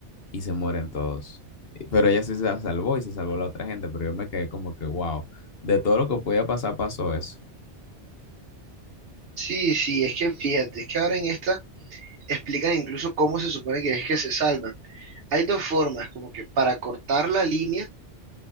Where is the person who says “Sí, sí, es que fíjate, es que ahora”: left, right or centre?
Right